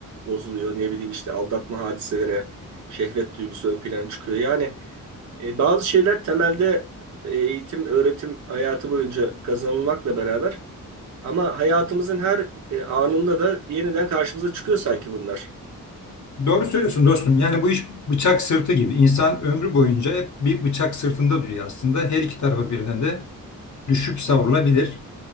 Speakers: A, on the right (about 55°); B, on the left (about 55°).
A: bozuluyor. Ne bileyim işte aldatma hadiselere, şehvet duygusu ön plana çıkıyor. Yani e, bazı şeyler temelde eğitim, öğretim hayatı boyunca kazanılmakla beraber ama hayatımızın her e, anında da yeniden karşımıza çıkıyor sanki bunlar.
B: Doğru söylüyorsun dostum. Yani bu iş bıçak sırtı gibi. İnsan ömrü boyunca hep bir bıçak sırtında duruyor aslında. Her iki tarafa birden de düşüp savrulabilir.